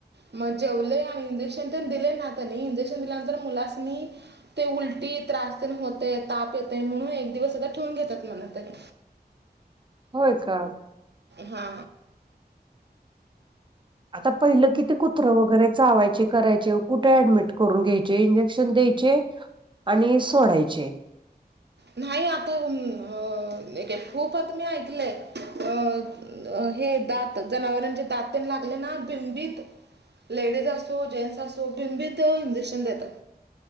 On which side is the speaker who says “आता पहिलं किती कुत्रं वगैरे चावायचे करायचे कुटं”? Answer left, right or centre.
Right